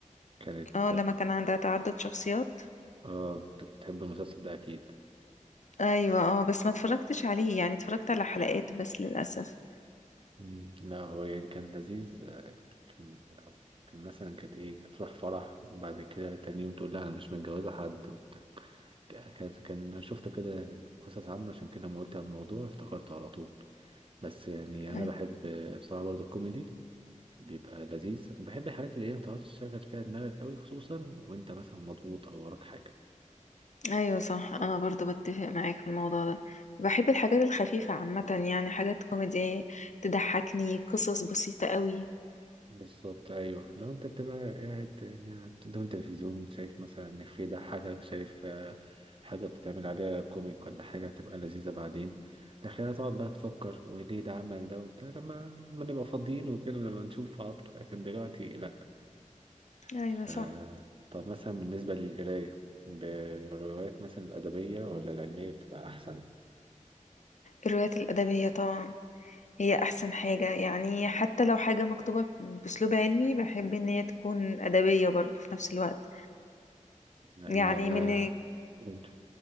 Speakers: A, on the right; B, on the left.
A: كانت
B: اه لما كان عندها تعدد شخصيات
A: اه كنت بتحب المسلسل ده اكيد
B: ايوه اه بس ما اتفرجتش عليه يعني اتفرجت على حلقات بس للأسف
A: مم، لا هو يعني كان لذيذ كان كان مثلا كانت ايه هتروح فرح وبعد كده تاني يوم تقول لا انا مش متجوزة حد وبتاع. كان كان شفت كده قصص عامة عشان كده لما قلت عن الموضوع افتكرته على طول بس يعني انا
B: أيوة.
A: بحب بصراحة برضو الكوميدي بيبقى لذيذ بحب الحاجات اللي هي ما تقعدش تشغل فيها دماغك قوي خصوصا وانت مثلا مضغوط او وراك حاجة
B: ايوه صح انا برضو بتفق معاك في الموضوع ده بحب الحاجات الخفيفة عامة يعني حاجات كوميدية تضحكني قصص بسيطة قوي
A: بالظبط ايوه لو انت بتبقى قاعد يعني قدام التلفزيون شايف مثلا ان في ده حاجه شايف آه، حاجه بتتعمل عليها كوميك ولا حاجه هتبقى لذيذه بعدين لكن هتقعد بقى تفكر وليه ده عمل ده وبتاع لما لما نبقى فاضيين وكده لما نشوف عطر لكن دلوقتي لا
B: ايوه
A: ف...
B: صح
A: طب مثلا بالنسبه للقرايه بالروايات مثلا الادبيه ولا العلميه بتبقى احسن
B: الروايات الأدبية طبعا هي أحسن حاجة يعني حتى لو حاجة مكتوبة بأسلوب علمي بحب إن هي تكون أدبية برضو في نفس الوقت
A: ان
B: يعني
A: انا
B: من
A: قول